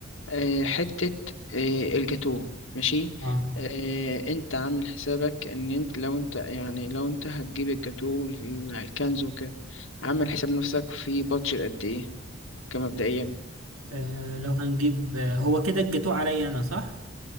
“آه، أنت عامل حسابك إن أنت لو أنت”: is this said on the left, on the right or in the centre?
Left